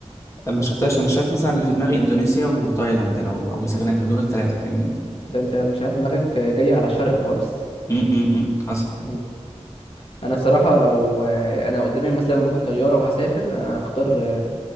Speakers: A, on the left (about 25°); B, on the left (about 50°).
A: ما شفتهاش انا شايف شايف مثلا اللي في دماغي اندونيسيا وتايلاند لو او سريلانكا دول الثلاثه فاهمني
B: انت انت مش عارف دماغك جايه على الشرق خالص
A: امم امم حصل
B: مم. انا صراحه لو آه، انا قدامي مثلا بكره طياره وهسافر انا هختار آه،